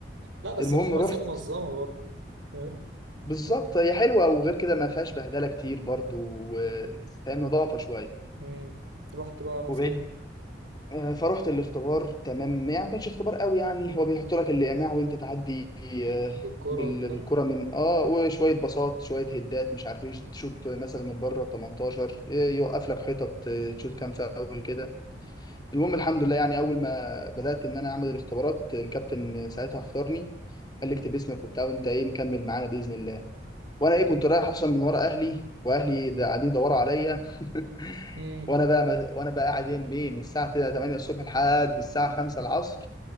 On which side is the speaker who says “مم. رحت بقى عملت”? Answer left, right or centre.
Right